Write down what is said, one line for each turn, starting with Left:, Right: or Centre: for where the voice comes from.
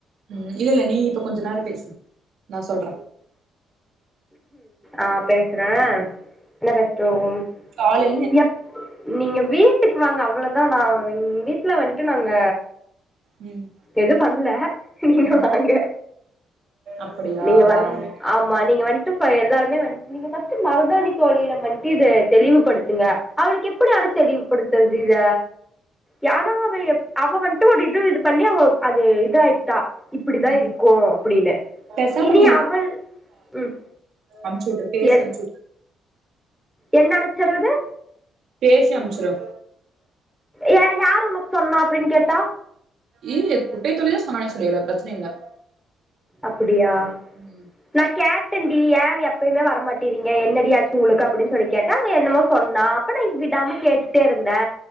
Right: ம் இல்லல்ல நீ இப்போ கொஞ்சோ நேரம் பேசு நா சொல்ற
Centre: ஆ பேசுறேன் என்ன பெஸட்டும்
Right: காலைல
Centre: எப் நீங்க வீட்டுக்கு வாங்க அவ்ளோதா நா வீட்ல வந்ட்டு நாங்க
Right: ம்
Centre: எது பண்ல நீங்க
Right: ம்
Centre: வாங்க
Right: அப்படியா
Centre: நீங்க வந்
Right: வரோங்க
Centre: ஆமா நீ வன்டு ஃப எல்லாருமே வ நீங்க ஃபஸ்ட்டு மருதாணி தோலில வந்ட்டு இத தெளிவுபடுத்துங்க அவளுக்கு எப்டி ஆனா தெளிவ் படுத்துறது இத யானா அவ அவ வந்ட்டு ஒரு இது இது பண்ணி அவ அது இதாயிட்டா இப்படிதா
Right: ம்
Centre: இருக்கு அப்படின்னு
Right: பேசாம
Centre: இனி அவள் ம்
Right: அமுச்சுட்டு பேசி
Centre: என்
Right: அனுப்ச்சுட்டு
Centre: என்ன அனுப்ச்சர்றது
Right: பேசி அனுப்ச்சுரு
Centre: யே யாரு உனக்கு சொன்னா அப்டின்னு கேட்டா
Right: ஏ குட்டைய தோழி தா சொன்னானே சொல்லிரு அது பிரச்சன இல்ல
Centre: அப்பிடியா
Right: ம்
Centre: நா கேட்டே ஏ எப்பயுமே வர மாட்டேறீங்க என்னடி ஆச்சு உங்களுக்கு அப்டின்னு சொல்லி கேட் டா அவ என்னமோ சொன்னா அப்ப நா விடாம கேட்டுட்டே இருந்தே